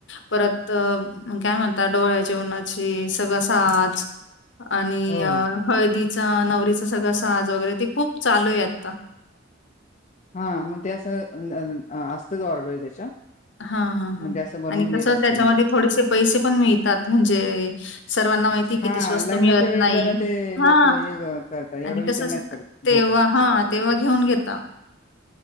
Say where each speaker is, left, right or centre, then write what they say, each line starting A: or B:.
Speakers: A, on the left (about 65°); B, on the left (about 35°).
A: परत काय म्हणतात डोळ्याची उन्हाची सगळं साज आणि
B: हो
A: हळदीचा नवरीच सगळं साज वगैरे ते खूप चालू आहे आता.
B: हा मग त्या असं असतात ऑर्डरी त्याच्या,
A: हा हा
B: मग
A: ह,
B: ते असं बनवून
A: आणि
B: देत
A: कसं
B: असते
A: त्याच्यामध्ये
B: मी
A: थोडेसे पैसे पण मिळतात, म्हणजे सर्व ना माहिती
B: हा
A: कि ते स्वस्त
B: लग्नाच्या
A: मिळत
B: वेळेस
A: नाही,
B: जरा ते
A: हा
B: लोक हे करतात एवढा
A: आणि
B: विचार
A: कसं
B: नाहीत करत
A: तेव्हा
B: घेतात
A: हा तेव्हा घेऊन घेता,